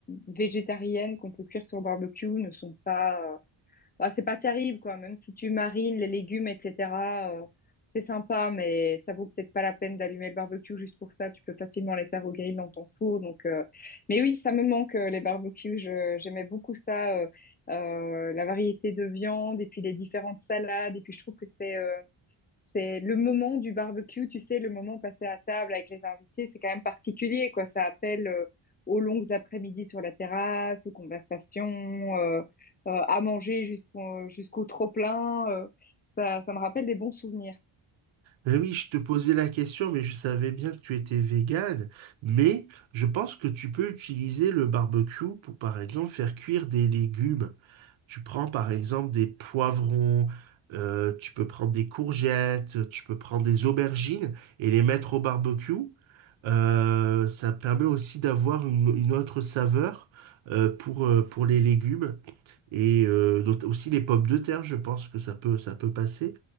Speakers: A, on the left; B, on the right.
A: végétariennes qu'on peut cuire sur barbecue ne sont pas euh, bah, c'est pas terrible, quoi. Même si tu marines les légumes, etc., euh, c'est sympa, mais ça vaut peut-être pas la peine d'allumer le barbecue juste pour ça. Tu peux facilement les faire au grill dans ton four. Donc, euh, mais oui, ça me manque, euh, les barbecues. Je- j'aimais beaucoup ça, euh, euh, la variété de viande et puis les différentes salades. Et puis, je trouve que c'est, euh, c'est le moment du barbecue, tu sais, le moment passé à table avec les invités, c'est quand même particulier, quoi. Ça appelle euh, aux longues après-midi sur la terrasse, aux conversations, euh, euh, à manger jusqu'au jusqu'au trop-plein. euh. ça, ça me rappelle des bons souvenirs.
B: Ben oui, je te posais la question, mais je savais bien que tu étais végane. Mais je pense que tu peux utiliser le barbecue pour, par exemple, faire cuire des légumes. Tu prends, par exemple, des poivrons, euh, tu peux prendre des courgettes, tu peux prendre des aubergines et les mettre au barbecue. Euh, ça permet aussi d'avoir une, une autre saveur, euh, pour, euh, pour les légumes. Et euh, not- aussi les pommes de terre, je pense que ça peut, ça peut passer.